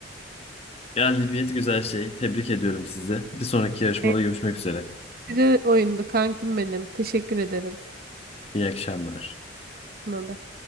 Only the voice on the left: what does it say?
Galibiyet güzel şey. Tebrik ediyorum sizi. Bir sonraki yarışmada
görüşmek üzere.
İyi akşamlar.